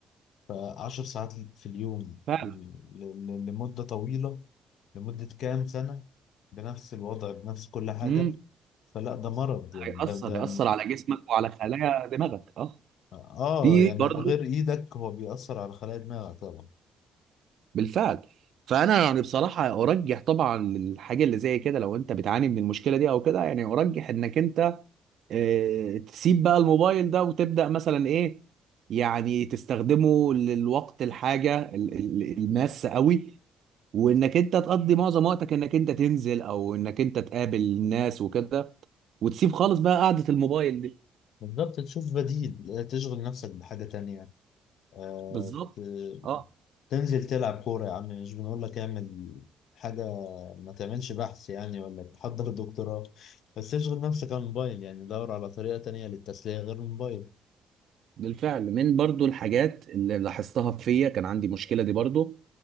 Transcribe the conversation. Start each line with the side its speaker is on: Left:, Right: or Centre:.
Left: فعشر ساعات في اليوم
Right: فعلا
Left: ل- ل- لمدة طويلة لمدة كام سنة بنفس الوضع بنفس كل حاجة
Right: امم
Left: فلا ده مرض
Right: هيأثر
Left: يعني ده ده
Right: هيأثر على جسمك وعلى خلايا دماغك اه
Left: اه
Right: في
Left: يعني
Right: برضه
Left: غير ايدك هو بيأثر على خلايا دماغك طبعا
Right: بالفعل فانا يعني بصراحه ارجح طبعا الحاجه اللي زي كده لو انت بتعاني من المشكله دي او كده يعني ارجح انك انت آه، تسيب بقى الموبايل ده وتبدا مثلا ايه يعني تستخدمه للوقت الحاجه ال- ال- الماسه قوي وانك انت تقضي معظم وقتك انك انت تنزل او انك انت تقابل الناس وكده وتسيب خالص بقى قعده الموبايل دي
Left: بالظبط تشوف بديل تشغل نفسك بحاجة تانية آه
Right: بالظبط
Left: ت-
Right: اه
Left: تنزل تلعب كورة يا عم مش بنقول لك اعمل حاجة ما تعملش بحث يعني ولا تحضر دكتوراه بس اشغل نفسك عن الموبايل يعني دور على طريقة تانية للتسلية غير الموبايل
Right: بالفعل من برضو الحاجات اللي لاحظتها فيا كان عندي مشكلة دي برضو